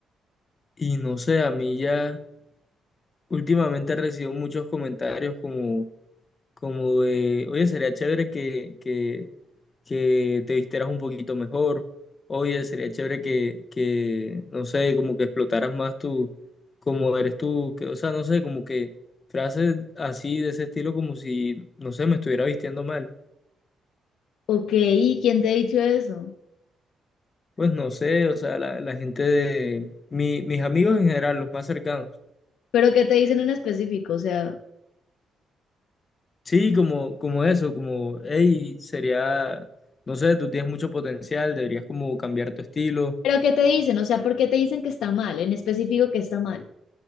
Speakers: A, on the left; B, on the left.
A: Y no sé, a mí ya últimamente he recibido muchos comentarios como... como de, oye, sería chévere que, que, que te vistieras un poquito mejor, oye, sería chévere que, que, no sé, como que explotaras más tú, como eres tú, que, o sea, no sé, como que frases así de ese estilo, como si, no sé, me estuviera vistiendo mal.
B: ok, ¿y quién te ha dicho eso?
A: Pues no sé, o sea, la, la gente de, mi- mis amigos en general, los más cercanos.
B: ¿Pero qué te dicen en específico? O sea,
A: Sí, como, como eso, como, hey, sería, no sé, tú tienes mucho potencial, deberías como cambiar tu estilo.
B: ¿pero qué te dicen? O sea, ¿por qué te dicen que está mal? En específico que está mal.